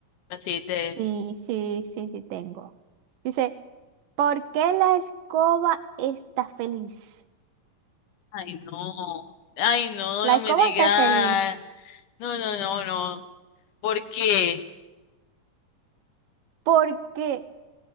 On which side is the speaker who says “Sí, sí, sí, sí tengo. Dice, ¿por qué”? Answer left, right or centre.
Right